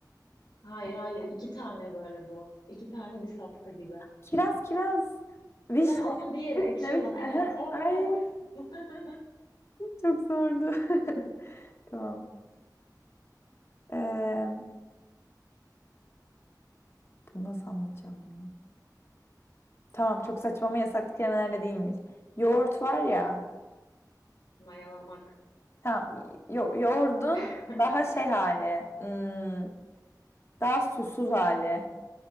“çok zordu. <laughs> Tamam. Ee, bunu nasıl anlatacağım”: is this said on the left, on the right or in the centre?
Left